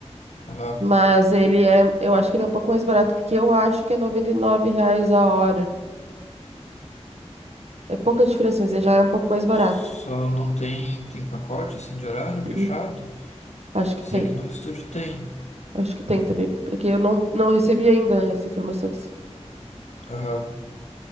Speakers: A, on the left; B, on the right.
A: Aham.
B: Mas ele é, eu acho que ele é um pouco mais barato, porque eu acho que é 99 reais a hora. É pouca diferença, mas ele já é um pouco mais barato.
A: Só não tem, tem pacote, assim, de horário fechado?
B: Uhum. Acho que
A: Eu
B: tem.
A: sei que no estúdio tem.
B: Acho que tem também. É que eu não, não recebi ainda né, as informações.
A: Aham.